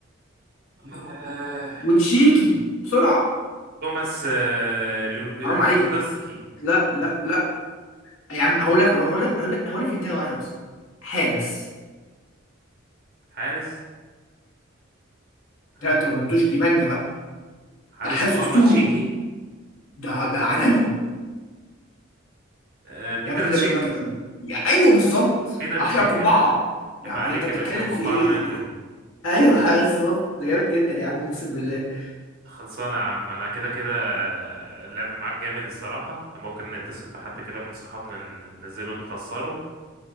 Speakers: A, on the right (about 50°); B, on the left (about 80°).
A: آه.
B: وتشيكي بسرعه
A: توماس آه، ريو- ريزدوسكي
B: حرام عليك لا لا لا يا عم هقول لك هقول لك هقول لك هقول لك انتهى واحده بس حارس
A: حارس يعني
B: لا انت لو ما جبتوش دي مانجا بقى
A: حارس
B: ده حارس
A: مرمى
B: اسطوري
A: تشيكي
B: ده ده عالمي
A: آه، بيتر
B: يا ابني
A: تشيك
B: ده, ده, ده, ده يا- ايوه بالظبط
A: فيدر
B: احلى
A: تشيك
B: قبعه
A: يا باشا
B: يعني
A: عيب عليك
B: انت بتتكلم
A: يا باشا القبعة
B: في ايه
A: منه
B: ايوه بالظبط ده جامد جدا يا عم اقسم بالله
A: خلصانة يا عم أنا كده كده اللعب معاك جامد الصراحة ممكن نتصل بحد كده من صحابنا ن- ننزله نخسره